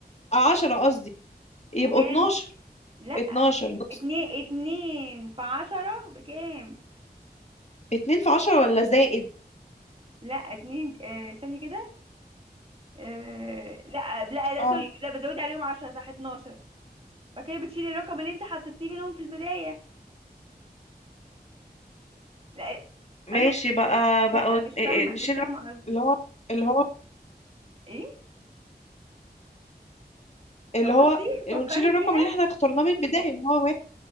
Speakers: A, on the left; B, on the right.
A: آه، 10 قصدي
B: يبقوا
A: يبقوا
B: كام
A: 12
B: لا
A: 12 نص
B: اتنين اتنين في عشرة بكام
A: 2 في 10 ولا زائد
B: لا اتنين آه استني كده آه لا لا لا
A: اه
B: سوري لا بتزودي عليهم عشرة صح اتناشر فكده بتشيلي الرقم اللي انت حطيتيه منهم في البداية لا
A: ماشي
B: الو
A: بقى بقى
B: لا مش
A: إيه
B: فاهمة
A: إيه، نشيل
B: مش فاهمة
A: الرقم
B: قصدي
A: اللي هو اللي هو
B: ايه
A: اللي
B: طب بصي
A: هو ونشيل
B: فكري
A: الرقم
B: فيها
A: اللي احنا اخترناه من البداية اللي هو واحد